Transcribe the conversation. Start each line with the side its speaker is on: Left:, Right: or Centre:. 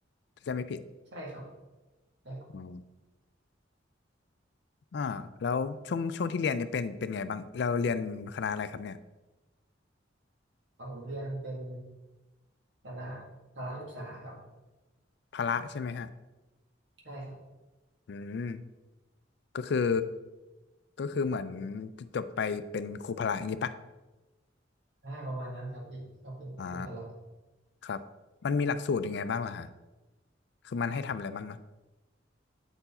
Left: ถ้าจะไม่ผิด
Right: ใช่ครับใช่ครับ
Left: อืมอ่าแล้วช่วงช่วงที่เรียนเนี่ยเป็นเป็นไงบ้างเราเรียนคณะอะไรครับเนี่ย
Right: เอาผมเรียนเป็นคณะพละศึกษาครับ
Left: พละใช่ไหมฮะ
Right: ใช่ครับ
Left: อืมก็คือก็คือเหมือนจบไปเป็นครูพละอย่างนี้ปะ
Right: อ่าประมาณนั้นครับพี่ก็เป็นครูพละ
Left: อ่าครับมันมีหลักสูตรยังไงบ้างล่ะฮะคือมันให้ทำอะไรบ้างเนาะ